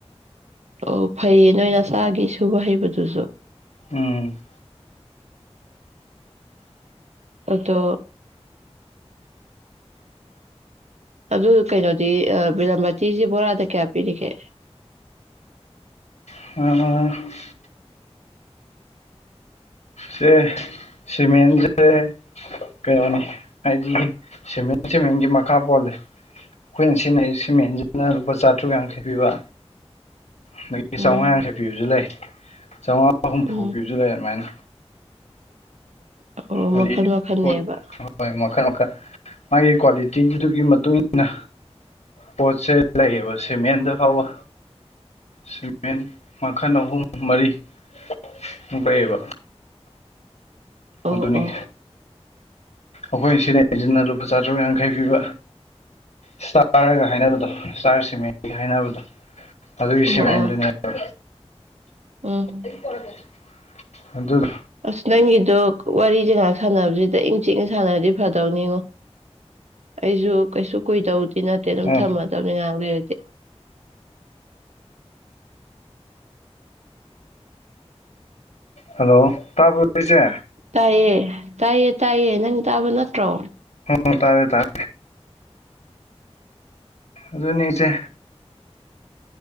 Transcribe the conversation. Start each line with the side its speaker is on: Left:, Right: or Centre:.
Right: ꯑꯣ ꯐꯩꯌꯦ ꯅꯣꯏ ꯅꯁꯥꯒꯤ ꯁꯨꯕ ꯍꯩꯕꯗꯨꯁꯨ
Left: ꯎꯝ <inaudible>
Right: ꯑꯗꯣ ꯑꯗꯨ ꯀꯩꯅꯣꯗꯤ ꯕꯤꯔꯥꯃꯇꯤꯁꯤ ꯕꯣꯔꯥꯗ ꯀꯌꯥ ꯄꯤꯔꯤꯒꯦ
Left: <unintelligible> ꯁꯦ ꯁꯤꯃꯦꯟꯁꯦ ꯀꯩꯅꯣꯅꯤ ꯍꯥꯏꯗꯤ ꯁꯤꯃꯦꯟ-ꯁꯤꯃꯦꯟꯒꯤ ꯃꯈꯥ ꯄꯣꯜꯂꯦ ꯑꯩꯈꯣꯏꯅ ꯁꯤꯖꯤꯟꯅ ꯁꯤꯃꯦꯟꯁꯤꯅ ꯂꯨꯄꯥ ꯆꯥꯇ꯭ꯔꯨꯛ ꯌꯥꯡꯈꯩ ꯄꯤꯕ ꯑꯗꯒꯤ
Right: ꯎꯝ
Left: ꯆꯧꯉꯥ ꯌꯥꯡꯈꯩ ꯄꯤꯕꯁꯨ ꯂꯩ ꯆꯧꯉꯥ ꯍꯨꯝꯐꯨ
Right: ꯎꯝ
Left: ꯄꯤꯕꯁꯨ ꯂꯩ ꯑꯗꯨꯃꯥꯏꯅ
Right: ꯑꯣ ꯃꯈꯜ
Left: ꯑꯗꯨꯗꯤ
Right: ꯃꯈꯜꯅꯦꯕ
Left: ꯄꯣꯠ ꯍꯣꯏ ꯃꯈꯜ-ꯃꯈꯜ ꯃꯥꯒꯤ ꯀ꯭ꯋꯥꯂꯤꯇꯤꯗꯨꯒꯤ ꯃꯇꯨꯡ ꯏꯟꯅ ꯄꯣꯠꯁꯦ ꯂꯩꯌꯦꯕ ꯁꯤꯃꯦꯟꯗ ꯐꯥꯎꯕ ꯁꯤꯃꯦꯟ ꯃꯈꯜ ꯑꯍꯨꯝ-ꯃꯔꯤꯃꯨꯛ ꯂꯩꯌꯦꯕ
Right: ꯑꯣ
Left: ꯑꯗꯨꯅꯤ
Right: ꯑꯣ
Left: ꯑꯩꯈꯣꯏꯅ ꯁꯤꯖꯟꯅꯩꯁꯤꯟꯅ ꯂꯨꯄꯥ ꯆꯥꯇ꯭ꯔꯨꯛ ꯌꯥꯡꯈꯩ ꯄꯤꯕ ꯏꯁꯇꯥꯔꯒ ꯍꯥꯏꯅꯕꯗꯣ ꯏꯁꯇꯥꯔ ꯁꯤꯃꯦꯟꯒ ꯍꯥꯏꯅꯕꯗꯣ ꯑꯗꯨꯒꯤ
Right: ꯑꯣ
Left: ꯁꯤꯃꯦꯟꯗꯨꯅꯤ
Right: ꯑꯣ
Left: <inaudible>
Right: ꯎꯝ
Left: <unintelligible> ꯑꯗꯨꯗꯨ
Right: ꯑꯁ ꯅꯪꯒꯤꯗꯣ ꯋꯥꯔꯤꯖꯦ ꯉꯥꯏꯍꯥꯛ ꯁꯥꯟꯅꯕꯁꯤꯗ ꯏꯪ ꯆꯤꯛꯅ ꯁꯥꯟꯅꯔꯗꯤ ꯐꯗꯧꯅꯤꯉꯣ ꯑꯩꯁꯨ ꯀꯩꯁꯨ ꯀꯨꯏꯗꯧꯗꯤ ꯅꯠꯇꯦ ꯑꯗꯨꯝ
Left: ꯑꯣ
Right: ꯊꯝꯃꯗꯧꯅꯤ ꯉꯥꯏꯍꯥꯛ ꯂꯩꯔꯗꯤ
Left: ꯍꯜꯂꯣ ꯇꯥꯕ꯭ꯔꯣ ꯏꯆꯦ
Right: ꯇꯥꯏꯌꯦ ꯇꯥꯏꯌꯦ ꯇꯥꯏꯌꯦ ꯅꯪ ꯇꯥꯕ ꯅꯠꯇ꯭ꯔꯣ꯫
Left: ꯎꯝ ꯇꯥꯔꯦ ꯇꯥꯔꯦ꯫ ꯑꯗꯨꯨꯅꯤ ꯏꯆꯦ꯫